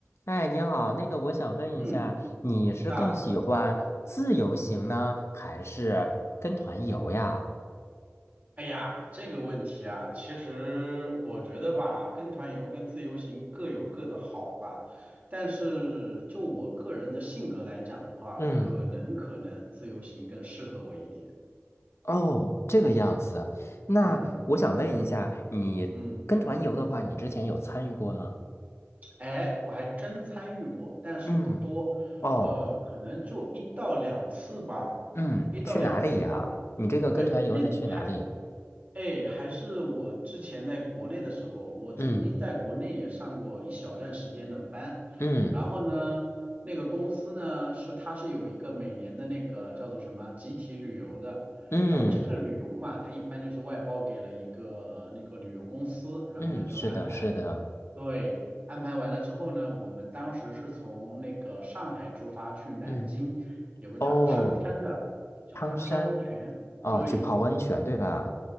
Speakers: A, on the left (about 65°); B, on the right (about 40°).
A: 哎，你好，那个我想问一下，
B: 嗯，
A: 你是更喜欢自由行呢，
B: 啊，
A: 还是跟团游呀？
B: 哎呀，这个问题啊，其实我觉得吧，跟团游跟自由行各有各的好吧，但是就我个人的性格来讲的话，
A: 嗯，
B: 可能可能自由行更适合我一点。
A: 哦，这个样子。那我想问一下，
B: 嗯
A: 你跟团游的话，
B: 嗯，
A: 你之前有参与过吗？
B: 哎，我还真参与过，但是不多，
A: 嗯，哦，
B: 呃，可能就一到两次吧，
A: 嗯，
B: 一到两次吧。
A: 去哪里呀？你这个跟团游是去哪里？
B: 对，那还，哎，还是我之前在国内的时候，我曾经在国内也上过一小段时间的班，
A: 嗯嗯
B: 然后呢，那个公司呢是它是有一个每年的那个叫做什么集体旅游的，
A: 嗯
B: 然后这个旅游嘛，它一般就是外包给了一个那个旅游公司，然后呢就安排，
A: 嗯，是的，是的，
B: 对，安排完了之后呢，我们当时是从那个上海出发去南京，
A: 嗯，
B: 有个叫汤山的小汤山温泉。
A: 哦，汤山，哦，
B: 对，
A: 去泡温泉，对吧？